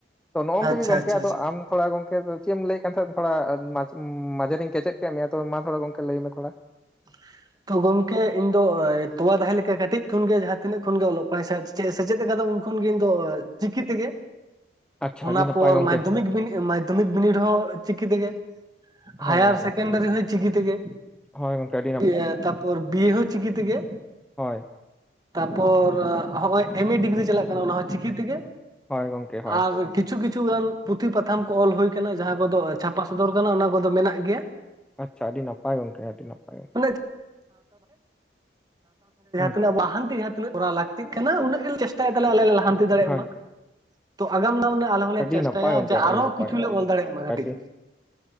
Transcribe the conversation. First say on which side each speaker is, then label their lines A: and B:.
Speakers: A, in the centre; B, on the right.
A: ᱛᱚ ᱱᱚᱜ ᱚ ᱱᱚᱝᱠᱟ
B: ᱟᱪᱪᱷᱟ
A: ᱜᱮ ᱜᱚᱝᱠᱮ
B: ᱟᱪᱪᱷᱟ
A: ᱟᱫᱚ
B: ᱟᱪᱪᱷᱟ
A: ᱟᱢ ᱛᱷᱚᱲᱟ ᱜᱚᱝᱠᱮ ᱪᱮᱫ ᱮᱢ ᱞᱟᱹᱭᱮᱫ ᱠᱟᱱ ᱛᱟᱸᱦᱮᱫ ᱛᱷᱚᱲᱟ <unintelligible> ᱢᱟᱡᱷᱮᱨᱤᱧ ᱠᱮᱪᱮᱫ <unintelligible> ᱢᱮᱭᱟ ᱢᱟ ᱛᱷᱚᱲᱟ ᱜᱚᱝᱠᱮ ᱞᱟᱹᱭ ᱢᱮ ᱛᱷᱚᱲᱟ᱾
B: <unintelligible> ᱛᱚ ᱜᱚᱝᱠᱮ ᱤᱧ ᱫᱚ ᱛᱚᱣᱟ ᱫᱟᱦᱮ ᱞᱮᱠᱟ ᱠᱟᱹᱴᱤᱡ ᱠᱷᱚᱱᱜᱮ ᱡᱟᱸᱦᱟ ᱛᱤᱱᱟᱹᱜ ᱠᱷᱚᱱ ᱜᱮ ᱚᱞᱚᱜ ᱯᱟᱲᱦᱟᱜ <inaudible> ᱥᱮᱪᱮᱫ ᱟᱠᱟᱫᱟ ᱩᱱ᱾ ᱩᱱ ᱜᱮ ᱤᱧ ᱫᱚ ᱪᱤᱠᱤ ᱛᱮᱜᱮ᱾
A: ᱟᱪᱪᱷᱟ
B: ᱚᱱᱟ
A: ᱟᱹᱰᱤ ᱱᱟᱯᱟᱭ
B: ᱯᱚᱨ
A: ᱜᱚᱝᱠᱮ
B: ᱢᱟᱫᱽᱫᱷᱚᱢᱤᱠ‌ᱵᱤᱱᱤ ᱢᱟᱫᱽᱫᱷᱚᱢᱤᱠ ᱵᱤᱱᱤᱰ ᱦᱚᱸ ᱪᱤᱠᱤ ᱛᱮᱜᱮ᱾ ᱦᱟᱭᱟᱨ
A: ᱦᱳᱭ ᱜᱚᱝᱠᱮ
B: ᱥᱮᱠᱮᱱᱰᱟᱨᱤ ᱦᱚᱸ ᱪᱤᱠᱤ ᱛᱮᱜᱮ᱾
A: ᱦᱳᱭ ᱜᱚᱝᱠᱮ᱾ <unintelligible>
B: ᱮᱭᱮ ᱛᱟᱯᱚᱨ ᱵᱤᱭᱮ ᱦᱚᱸ ᱪᱤᱠᱤ ᱛᱮᱜᱮ᱾
A: ᱦᱳᱭ
B: ᱛᱟᱯᱚᱨ ᱦᱚᱸᱜᱼᱚᱭ ᱮᱢ ᱮ ᱰᱤᱜᱽᱨᱤ ᱪᱟᱞᱟᱜ ᱠᱟᱱᱟ ᱚᱱᱟ ᱦᱚᱸ ᱪᱤᱠᱤ ᱛᱮᱜᱮ
A: ᱦᱳᱭ ᱜᱚᱝᱠᱮ ᱦᱳᱭ
B: ᱟᱨ ᱠᱤᱪᱷᱩ ᱠᱤᱪᱷᱩ ᱜᱟᱱ ᱯᱩᱛᱷᱤ ᱯᱟᱛᱷᱟᱢ ᱠᱚ ᱚᱞ ᱦᱩᱭ ᱟᱠᱟᱱᱟ ᱡᱟᱦᱟᱸ ᱠᱚᱫᱚ ᱪᱷᱟᱯᱟ ᱥᱚᱫᱚᱨ ᱠᱟᱱᱟ ᱚᱱᱟ ᱠᱚᱫᱚ ᱢᱮᱱᱟᱜ ᱜᱮᱭᱟ᱾
A: ᱟᱪᱪᱷᱟ ᱟᱹᱰᱤ ᱱᱟᱯᱟᱭ ᱜᱚᱝᱠᱮ ᱟᱹᱰᱤ ᱱᱟᱯᱟᱭ᱾
B: <inaudible>
A: ᱦᱩᱸ
B: ᱛᱤᱱᱟᱹᱜ ᱠᱚᱨᱟᱣ ᱞᱟᱹᱠᱛᱤᱜ ᱠᱟᱱᱟ ᱩᱱᱟᱹᱜ ᱜᱮ ᱪᱮᱥᱴᱟᱭ ᱮᱫᱟᱞᱮ ᱟᱞᱮ ᱞᱮ ᱞᱟᱦᱟᱱ <unintelligible> ᱫᱟᱲᱮᱭᱟᱜ
A: ᱦᱳᱭ
B: ᱢᱟ ᱛᱚ ᱟᱜᱟᱢ ᱫᱟᱢ ᱨᱮ ᱟᱞᱮ ᱦᱚᱸᱞᱮ
A: ᱟᱹᱰᱤ
B: ᱪᱮᱥᱴᱟᱭᱟ
A: ᱱᱟᱯᱟᱭ ᱜᱚᱝᱠᱮ
B: ᱡᱮ
A: ᱟᱹᱰᱤ
B: ᱟᱨᱦᱚᱸ
A: ᱱᱟᱯᱟᱭ
B: ᱠᱤᱪᱷᱩ ᱞᱮ
A: ᱟᱹᱰᱤ
B: ᱚᱞ ᱫᱟᱲᱮᱭᱟᱜ ᱢᱟ ᱠᱟᱹᱴᱤᱡ᱾
A: ᱟᱹᱰᱤ